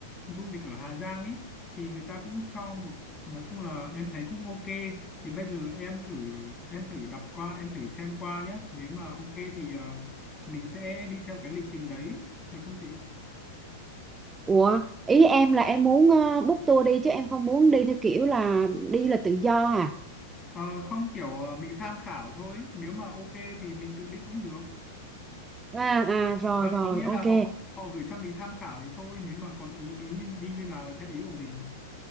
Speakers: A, on the left (about 25°); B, on the right (about 20°).
A: du lịch ở Hà Giang ấy thì người ta cũng cho một nói chung là em thấy cũng ok thì bây giờ em thử em thử đọc qua em thử xem qua nhá nếu mà ok thì ờ, mình sẽ đi theo cái lịch trình đấy được không chị
B: Ủa, ý em là em muốn ờ, book tour đi chứ em không muốn đi theo kiểu là đi là tự do à?
A: Ờ, không kiểu ờ, mình tham khảo thôi nếu mà ok thì mình tự đi cũng được
B: À, à rồi
A: Vâng,
B: rồi
A: có nghĩa
B: ok.
A: là họ họ gửi cho mình tham khảo thì thôi, nếu mà còn ý đi như đi như nào là theo ý của mình.